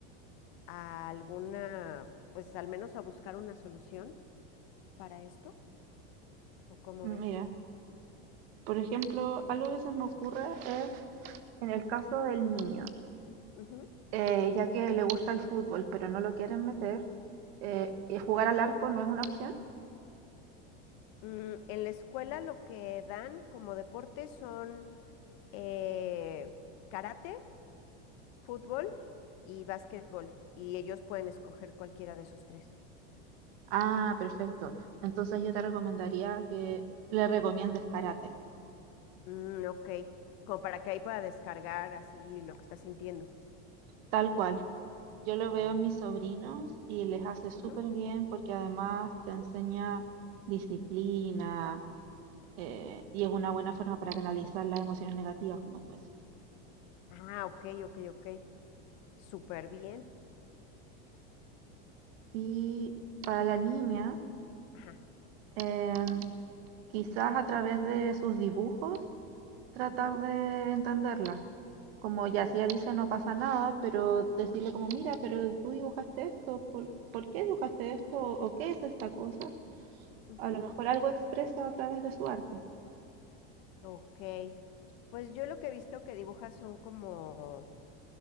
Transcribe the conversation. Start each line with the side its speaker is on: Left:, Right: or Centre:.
Left: a alguna, pues al menos a buscar una solución para esto, ¿o cómo
Right: Mm,
Left: ves?
Right: Mira, por ejemplo, algo que se me ocurre es en el caso del niño,
Left: Ujú.
Right: eh, ya que le gusta el fútbol, pero no lo quieren meter, eh, eh, ¿jugar al arco no es una opción?
Left: Mm, en la escuela lo que dan como deporte son eh, karate. fútbol y básquetbol, y ellos pueden escoger cualquiera de esos tres.
Right: Ah, perfecto. Entonces yo te recomendaría que le recomiendes karate,
Left: Mm, ok, como para que ahí pueda descargar así lo que está sintiendo.
Right: tal cual. Yo lo veo
Left: Mm.
Right: en mis sobrinos y les hace súper
Left: Ujú.
Right: bien porque además te enseña disciplina eh, y es una buena forma para canalizar las emociones negativas, como tú decías.
Left: Ah, ok, ok, ok. Súper bien.
Right: Y para la niña,
Left: Ajá.
Right: eh, quizás a través de sus dibujos tratar
Left: Ujú,
Right: de entenderla. Como ya si ella dice no pasa nada, pero decirle como, mira, pero tú dibujaste esto, ¿por, por qué dibujaste esto? ¿O qué es esta cosa?
Left: ujú.
Right: A lo mejor algo expresa a través de su arte.
Left: Ok. Pues yo lo que he visto que dibujas son como,